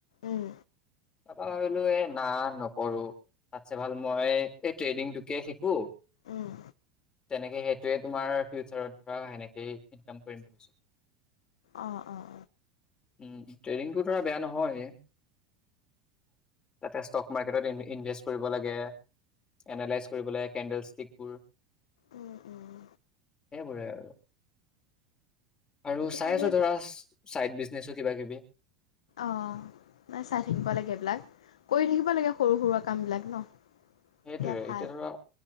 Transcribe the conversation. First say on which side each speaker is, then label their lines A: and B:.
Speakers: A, on the left; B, on the left.
A: উম।
B: তাপা ভাবিলো এ না নকৰো তাতছে ভাল মই এই ট্ৰেইডিংটোকে শিকো
A: উম,
B: তেনেকে সেইটোয়ে তোমাৰ ফিউচাৰত সেনেকেই ইনকাম কৰিম ভাবিছো।
A: অঁ-অঁ-অ।
B: উ ট্ৰেডিংটো ধৰা বেয়া নহয়। তাতে ষ্টক মাৰ্কেটত ইনভেষ্ট কৰিব লাগে, এনালাইজ কৰিব লাগে কেণ্ডেল ষ্টিকবোৰ,
A: উম, উম।
B: সেইবোৰে আৰু। <unintelligible> আৰু
A: এতিয়া
B: চাই
A: এনেই
B: আছো ধৰাছ চাইড বিজনেছো কিবা-কিবি।
A: অ। নাই চাই থাকিব লাগে এইবিলাক, কৰি থাকিব লাগে সৰু সৰুৱা কামবিলাক ন?
B: সেইটোৱে
A: তেতিয়া ভাল
B: এতিয়া ধৰা